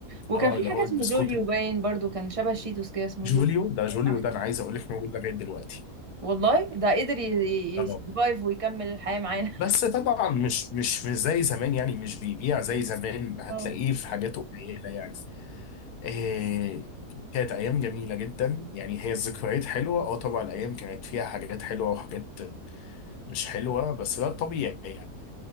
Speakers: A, on the right; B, on the left.
A: وكان
B: اه
A: في
B: اللي
A: حاجه
B: هو
A: اسمه
B: البسكوت
A: جوليو
B: اللي
A: باين برضو كان شبه شيتوس كده اسمه
B: جوليو
A: جوليو
B: ده جوليو
A: صح.
B: ده انا عايز اقول لك موجود لغاية دلوقتي
A: والله ده قدر يسرفايف
B: اه
A: ويكمل الحياه معانا
B: بس طبعا مش مش مش زي زمان يعني مش بيبيع زي زمان هتلاقيه
A: اه
B: في حاجات قليلة يعني إيه كانت أيام جميلة جدا يعني هي الذكريات حلوة اه طبعا الأيام كانت فيها حاجات حلوة وحاجات مش حلوة بس ده الطبيعي يعني